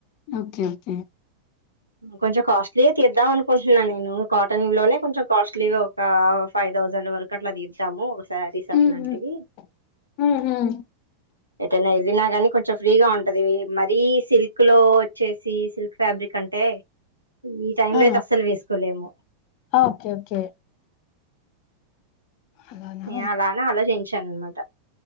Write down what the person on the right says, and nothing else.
కొంచెం కాస్ట్లీఆ తీద్దాం అనుకుంటున్నా నేను కాటన్ లోనే కొంచెం కాస్ట్లీ ఇట్ ఒక ఫైవ్ థౌసండ్ వరకు అట్లా దిద్దాము సరీస్ అట్లాంటివి
ఏనా వెళ్ళినా కానీ కొంచ కొంచం ఫ్రీగా ఉంటది మరీ సిల్క్ లో వచ్చేసి సిల్క్ ఫ్యాబ్రిక్ అంటే ఈ టై లో
అయితే అస్సలు వేసుకోలేము
నే అలానే ఆలోచించాను అనమాట